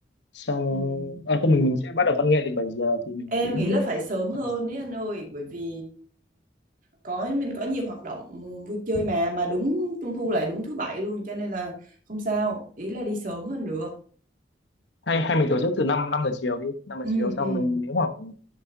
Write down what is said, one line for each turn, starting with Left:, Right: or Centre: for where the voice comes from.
Left: xong
Right: Ừm.
Left: à, không mình mình sẽ bắt đầu văn nghệ từ 7 giờ thì mình
Right: Em
Left: phải đến
Right: nghĩ là phải sớm hơn
Left: tầm-
Right: đấy anh ơi, bởi vì có mình có nhiều hoạt động vui chơi mà mà đúng trung thu lại đúng thứ bảy luôn cho nên là không sao, ý là đi sớm hơn được.
Left: hay hay mình tổ chức từ 5 năm năm giờ chiều đi năm giờ
Right: Ừ
Left: chiều xong
Right: ừ,
Left: mình nếu khoảng